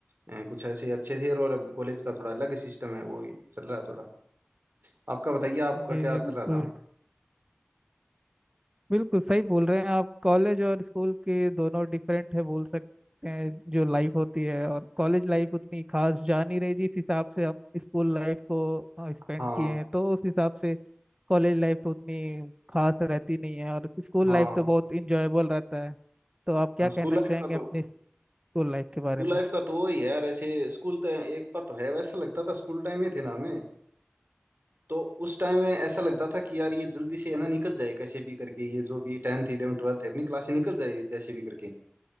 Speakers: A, on the right (about 55°); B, on the right (about 20°).
A: अ, कुछ ऐसे अच्छे थे और अब कॉलेज का थोड़ा अलग सिस्टम है वो ही चल रहा है थोड़ा आपका बताइए आपका
B: जी
A: क्या
B: जी
A: चल
B: बिल्कुल
A: रहा था
B: बिल्कुल सही बोल रहे हैं आप कॉलेज और स्कूल के दोनों डिफरेंट है बोल सकते हैं जो लाइफ होती है और कॉलेज लाइफ उतनी खास जा नहीं रही जिस हिसाब से हम स्कूल लाइफ को स्पेंड
A: हाँ
B: किए हैं तो उस हिसाब से कॉलेज लाइफ तो उतनी खास रहती नहीं है और स्कूल
A: हाँ
B: लाइफ तो बहुत इंजॉयबल रहता है तो आप क्या
A: हाँ स्कूल
B: कहना
A: लाइफ
B: चाहेंगे
A: का
B: अपनी
A: तो
B: स्कूल लाइफ के बारे
A: स्कूल लाइफ का तो वही है यार ऐसे स्कूल तो एक बात तो है वैसा लगता था स्कूल टाइम में थे ना हमें तो उस टाइम में ऐसा लगता
B: में
A: था कि यार ये जल्दी से है ना निकल जाए कैसे भी करके ये जो भी टेंथ इलेवन ट्वेल्थ है अपनी क्लास से निकल जाए जैसे भी करके